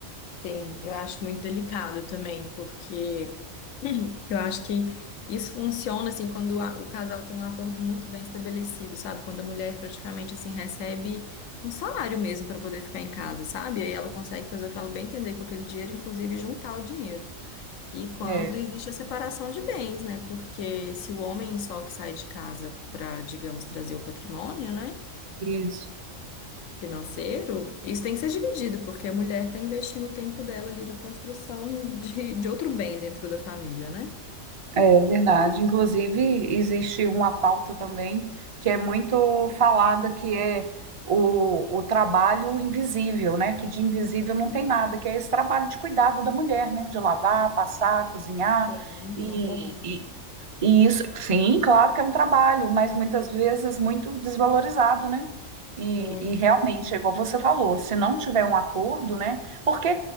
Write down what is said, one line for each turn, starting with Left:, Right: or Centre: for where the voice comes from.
Left: sim. Eu acho muito delicado também, porque. <clears throat> Eu acho que isso funciona assim quando a- o casal tem um acordo muito bem estabelecido, sabe? Quando a mulher praticamente assim recebe um salário mesmo para poder ficar em casa, sabe? Aí ela consegue fazer o que ela bem entender com aquele dinheiro, inclusive juntar o dinheiro. E quando
Right: É,
Left: existe a separação de bens, né? Porque se o homem só que sai de casa para, digamos, trazer o patrimônio, né?
Right: isso.
Left: Financeiro, isso tem que ser dividido, porque a mulher está investindo o tempo dela ali na construção de, de outro bem dentro da família, né?
Right: É verdade. Inclusive, existe uma pauta também que é muito falada, que é o, o trabalho invisível, né? Que de invisível não tem nada, que é esse trabalho de cuidado da mulher, né? De lavar, passar, cozinhar.
Left: Sim,
Right: E,
Left: é um trabalho.
Right: e isso, sim, claro que é um trabalho, mas muitas vezes muito desvalorizado, né? E,
Left: Muito,
Right: e realmente, é igual você falou, se não tiver um acordo, né? Porque